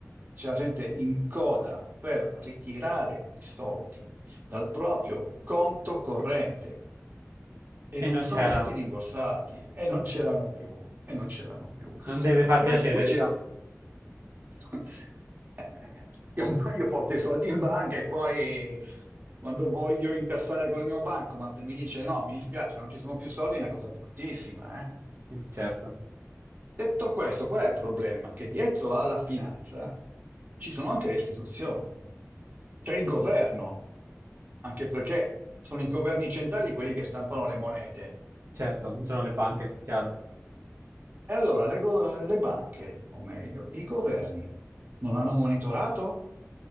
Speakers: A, on the right; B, on the right.
A: c'era gente in coda per ritirare i soldi dal proprio conto corrente. e
B: E
A: non
B: non
A: sono
B: c'erano.
A: stati rimborsati e non c'erano più, e non c'erano più.
B: Non deve far
A: Per
B: piacere,
A: cui c'è-
B: diciamo.
A: <laughs> io io porto i soldi in banca e poi quando voglio incassare con il mio bancomat mi dice no, mi dispiace, non ci sono più soldi, è una cosa bruttissima, eh.
B: Mm, Certo,
A: Detto questo, qual è il problema? Che dietro alla finanza ci sono anche le istituzioni, c'è il governo, anche perché sono i governi centrali quelli che stampano le monete.
B: certo, non sono le banche, chiaro.
A: E allora le, go- le banche, o meglio, i governi non hanno monitorato?